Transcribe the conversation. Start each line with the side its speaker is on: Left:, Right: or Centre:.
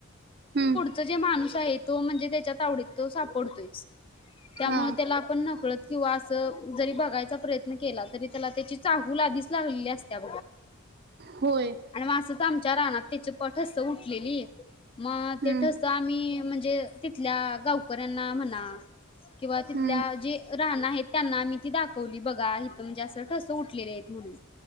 Right: हम्म
Left: त <inaudible> जे माणूस आहे. तो म्हणजे त्याच्यात तवडीत तो सापडतोयच त्यामुळे
Right: हा
Left: त्याला. पण नकळत किंवा असं जरी बघायचा प्रयत्न केला, तरी त्याला त्याची चाहूल आधीच लागलेली असत्या.
Right: होय.
Left: आणि मा असचं आमच्या रानात त्याचं प ठस उठलेली, मग
Right: हम्म
Left: ते ठस मी म्हणजे तिथल्या गावकऱ्यांना म्हणा किंवा तिथल्या
Right: हम्म
Left: जे राहणं आहेत त्यांना मी ती दाखवली, बघा इथं म्हणजे असं ठस उठलेले आहेत म्हणून.